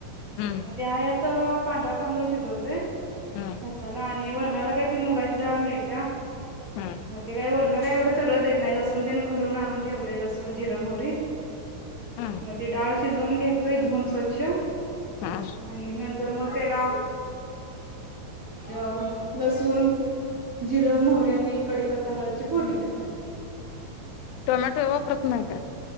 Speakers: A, on the left (about 85°); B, on the right (about 35°).
A: हम्म
B: मग ते हाय असं पांढर तांदूळ शिजवतोय.
A: हम्म
B: <unintelligible> वरणाला काही ती मुगाची डाळ मिळत्या,
A: हम्म
B: मग ते वरण काय एवढं सगळं येत नाही, लसून त्याने घरून आणून ठेवले. लसून, जिर, मोहरी.
A: हम्म
B: मग ती डाळ शिजवून घेतोय, धुऊन स्वच्छ.
A: हा
B: आणि नंतर मग त्याला अ लसुण जिरं, मोहरी आणि कडीपत्ता, हळदची फोडणी देतोय.
A: टोमॅटो वापरत नाही का?